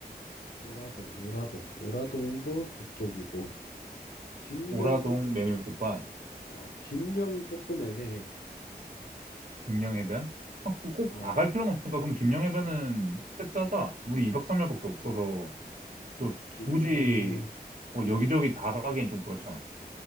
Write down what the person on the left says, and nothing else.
오라동 오라동 오라동도 그쪽이고 김영이
동
어, 김영이 조금 애매해.
어,
김영